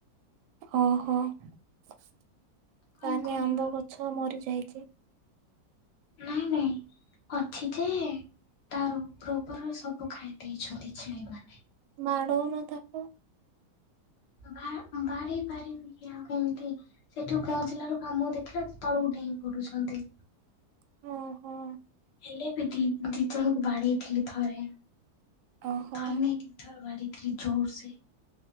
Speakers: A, on the right; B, on the left.
A: ଓହୋ ତାହେଲେ
B: କଣ କରିବା
A: ଆମ୍ବ ଗଛ ମରିଯାଇ ଚି
B: ନାଇଁ ନାଇଁ। ଅଛି ଯେ ତାର ଉପର ଉପର ସବୁ ଖାଇ ଦେଇଛନ୍ତି ଛେଳି ମାନେ।
A: ମାଡ଼ଉନ ତାକୁ।
B: ବା ବାଢେଇ ପାରିବି କି ଆଉ କେମିତି ସେଠୁ କ ଞ୍ଚିଲା ବେଳକୁ କ ଆାମକୁ ଦେଖିଲେ ତଳୁ ଡେଇଁ ପଡୁଛନ୍ତି।
A: <inaudible> <inaudible> ଓହୋ
B: ହେଲେ ବି ଦି ଦି ଜଣଙ୍କୁ ବାଡ଼େଇ ଥିଲି ଥରେ।
A: ଓହୋ।
B: ଥରେ ନାଇ ଦିଥର ବଡେଇ ଥିଲି ଜୋରସେ